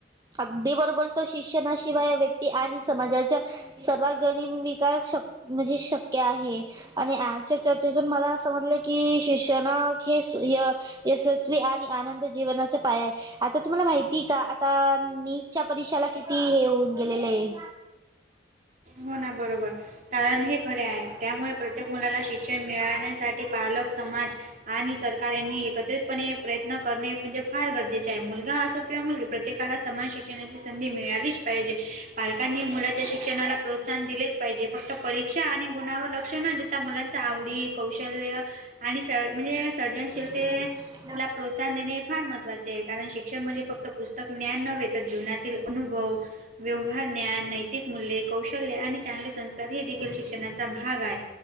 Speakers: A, on the right; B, on the right.
A: अगदी बरोबर तो शिक्षणाशिवाय व्यक्ती आणि समाजाच्या सर्वात घेऊन मिका शक म्हणजे शक आहे आणि आजच्या चर्चेतून मला असं म्हटलं की शिक्षण हे यशस्वी आणि आनंद जीवनाचा पाया आहे आता तुम्हाला माहिती का आता नीटच्या परीक्षेला किती हे होऊन गेलेलं आहे
B: हो ना बरोबर कारण हे खरे आहे त्यामुळे प्रत्येक मुलाला शिक्षण मिळाण्यासाठी पालक समाज आणि सरकार यांनी एकत्रित पण हे प्रयत्न करणे म्हणजे फार गरजेचे आहे मुलगा असो किंवा मुलगी प्रत्येकाला समान शिक्षणाची संधी मिळालीच पाहिजे पालकांनी मुलाच्या शिक्षणाला प्रोत्साहन दिलेच पाहिजे फक्त परी शिक्षा आणि गुणावर लक्ष न देता मुलांचा आवडी, कौशल्य आणि स म्हणजे सर्जनशिल
A: हम
B: आपल्याला प्रोत्साहन देणे हे फार महत्वाचे आहे. कारण शिक्षण म्हणजे फक्त पुस्तक ज्ञान नव्हे, तर जीवनातील अनुभव व्यवहार ज्ञान नैतिक मूल्य कौशल्य आणि चांगले संस्कार हे देखील शिक्षणाचा भाग आहे